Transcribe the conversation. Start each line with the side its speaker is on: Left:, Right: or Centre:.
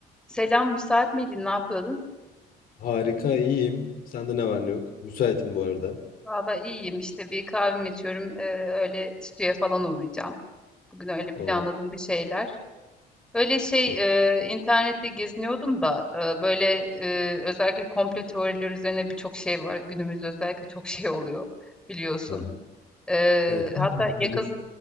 Centre: Selam, müsait miydin? Ne yapıyordun?
Left: Harika, iyiyim. Sende ne var ne yok? Müsaitim bu arada.
Centre: Valla iyiyim işte bir kahvemi içiyorum. Ee, öyle stüdyoya falan uğrayacağım. Bugün öyle planladım
Left: Oo,
Centre: bir şeyler. Öyle şey
Left: güzel.
Centre: e, internette geziniyordum da e, böyle e, özellikle komplo teorileri üzerine birçok şey var. Günümüzde özellikle çok şey oluyor biliyorsun.
Left: Aha.
Centre: Ee,
Left: Evet.
Centre: hatta
Left: Ha,
Centre: yakın
Left: Yani-